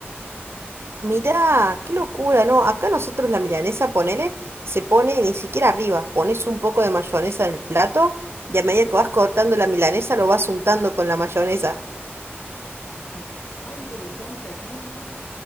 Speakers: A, on the right; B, on the left.
A: Mirá, qué locura, ¿no? Acá nosotros la milanesa, ponele, se pone ni siquiera arriba, pones un poco de mayonesa en el plato y a medida que vas cortando la milanesa lo vas untando con la mayonesa.
B: <laughs> Ah, interesante. Aquí nosotros